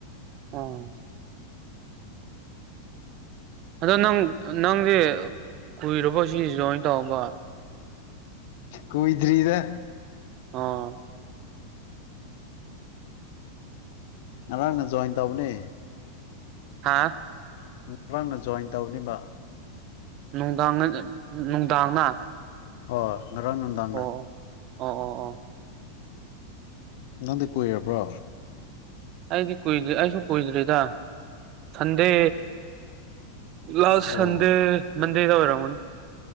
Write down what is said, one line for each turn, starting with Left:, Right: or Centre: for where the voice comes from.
Right: ꯎꯝ ꯑꯗꯣ ꯅꯪ ꯅꯪꯗꯤ ꯀꯨꯏꯔꯕ ꯁꯤ ꯖꯣꯏꯟ ꯇꯧꯕ
Left: ꯀꯣꯏꯗꯔ꯭ꯤꯗ
Right: ꯑ
Left: ꯉꯔꯥꯡꯅ ꯖꯣꯏꯟ ꯇꯧꯕꯅꯦ
Right: ꯍꯥꯥ
Left: ꯉꯔꯥꯡꯅ ꯖꯣꯏꯟ ꯇꯧꯅꯤꯕ
Right: ꯅꯨꯡꯗꯥꯡ ꯉꯠ ꯅꯨꯡꯗꯥꯡꯅ
Left: ꯍꯣ ꯉꯔꯥꯡ ꯅꯨꯡꯗꯥꯡꯅ
Right: ꯑꯣ ꯑꯣ ꯑꯣ ꯑꯣ
Left: ꯅꯪꯗꯤ ꯀꯣꯏꯔꯕ꯭ꯔꯣ
Right: ꯑꯩꯗꯤ ꯀꯨꯏꯗ꯭ꯦ ꯑꯩꯁꯨ ꯀꯨꯏꯗ꯭ꯔꯤꯗ ꯍꯟꯗꯦ ꯂꯥꯁ
Left: ꯑꯣ
Right: ꯁꯟꯗꯦ ꯃꯟꯗꯦꯗ ꯑꯣꯏꯔꯝꯃꯅꯤ <inaudible>